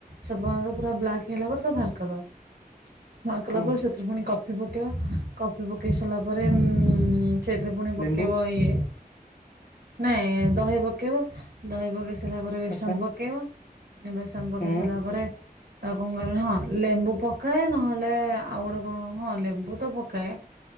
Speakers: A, on the right; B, on the left.
A: ସେପର୍ଯ୍ୟନ୍ତ ପୁରା ବ୍ଲାକ୍ ହେଲା ପରେ ତାକୁ ବାହାର କରିଦବ ବାହାରକଲା
B: ହୁଁ
A: ପରେ ଏଥିରେ ପୁଣି କଫି ପକେଇବା କଫି ପକେଇ ସାରିଲା ପରେ ଉ ସେଥିରେ ପୁଣି ପକେଇବ
B: ଲେମ୍ବୁ
A: ଇଏ ନାଇଁ ଦହି ପକେଇବ ଦହି ପକେଇ ସାରିଲା ପରେ ବେସନ
B: ଆଚ୍ଛା
A: ପକେଇବ ବେସନ ପକେଇ
B: ହୁଁ
A: ସାରିଲା ପରେ ଆଉ କଣ କରିବି ହଁ ଲେମ୍ବୁ ପକାଏ ନହେଲେ ଆଉ ଗୋଟେ କଣ ହଁ ଲେମ୍ବୁତ ପକାଏ